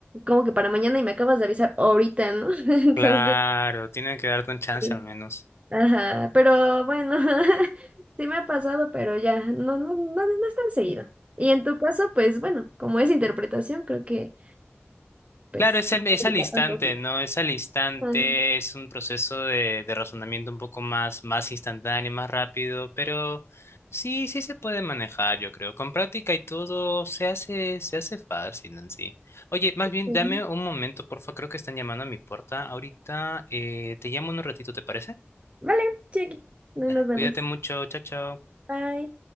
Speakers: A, on the right; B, on the left.
A: como que para mañana y me acabas de avisar ahorita, ¿no? <laughs> Entonces,
B: claro, tienen que darte un chance
A: sí.
B: al menos.
A: Ajá, pero bueno, <laughs> sí me ha pasado, pero ya, no, no, no, no es tan seguido. Y en tu caso, pues bueno, como es interpretación, creo que, pues...
B: Claro, es al,
A: no
B: es
A: aplica
B: al instante,
A: tanto, ¿sí?
B: ¿no? Es al instante,
A: Ah,
B: es un proceso de, de razonamiento un poco más, más instantáneo, más rápido, pero sí, sí se puede manejar, yo creo. Con práctica y todo se hace, se hace fácil en sí. Oye, más bien,
A: sí.
B: dame un momento, porfa, creo que están llamando a mi puerta ahorita. eh, te llamo en un ratito, ¿te parece?
A: Vale, sí, aquí. Nos
B: Dale,
A: vemos.
B: cuídate mucho, chao, chao.
A: Bye.